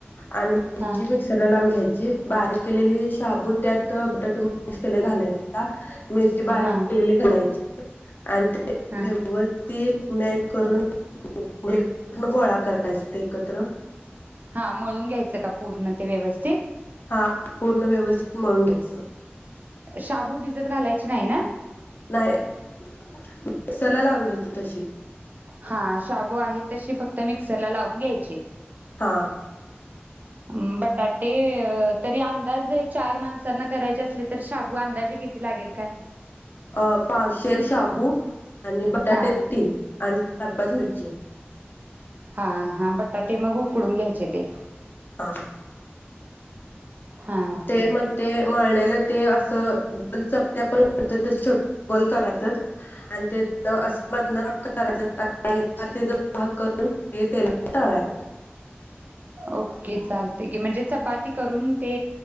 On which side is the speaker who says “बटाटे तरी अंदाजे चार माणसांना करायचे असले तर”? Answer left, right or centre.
Right